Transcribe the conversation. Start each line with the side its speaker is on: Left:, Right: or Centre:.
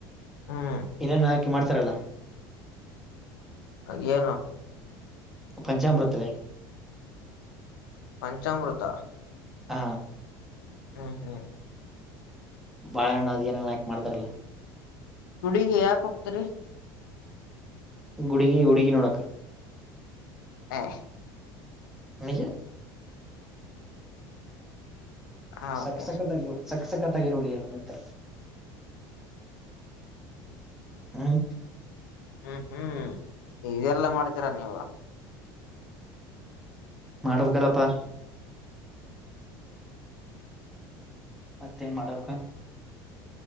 Left: ಹ್ಮ್
Centre: ಇನ್ನೇನು ಹಾಕೆ ಮಾಡ್ತಾರಲ್ಲ.
Left: ಅದ ಏನು.
Centre: ಪಂಚಾಮೃತ.
Left: ಪಂಚಾಮೃತ.
Centre: ಹ
Left: ಹ್ಮ್ ಹ್ಮ್.
Centre: ಬಾಳಣ್ಣ ಅ ನನ್ಾಕಕ್ ಮಾಡತಾರಲ್ಲ.
Left: ಗುಡಿಗೆ ಯಾಕ ಹೋಗ್ತರಿ.
Centre: ಗುಡುಗಿ ಹುಡುಗಿ ನೋಡಕ.
Left: ಹ.
Centre: ನಿಜ.
Left: ಹೌದ
Centre: ಸಕ್ಕ ಸಕ್ಕತ್ಗ ಯು. ಸಕ್ಕ ಸಕ್ಕತ್ತಾಗಿರು ಉಡಿಿಯರ್ ನತ್ತ ಹ್ಮ್.
Left: ಹ್ಮ್ ಹ್ಮ್್ಮ್ ಇದೆಲ್ಲಾ ಮಾಡ್ತೀರಾ ನೀವು.
Centre: ಮಾಡ್ಬೇಕಲ್ಲಪ್ಪಾ. ಮತ್ತೇನ್ ಮಾಡಕ್ಕ